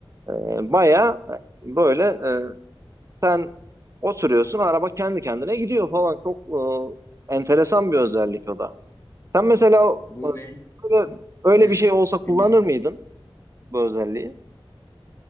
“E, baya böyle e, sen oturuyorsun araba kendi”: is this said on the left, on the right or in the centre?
Right